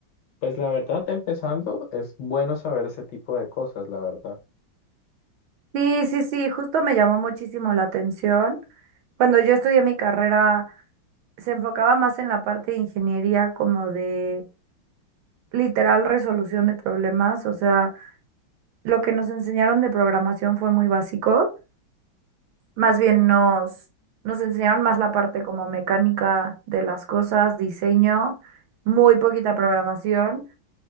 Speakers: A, on the left; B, on the right.
A: Pues la verdad, empezando, es bueno saber ese tipo de cosas, la verdad.
B: Sí, sí, sí, justo me llamó muchísimo la atención. Cuando yo estudié mi carrera, se enfocaba más en la parte de ingeniería como de literal resolución de problemas, o sea, lo que nos enseñaron de programación fue muy básico, más bien nos, nos enseñaron más la parte como mecánica de las cosas, diseño, muy poquita programación.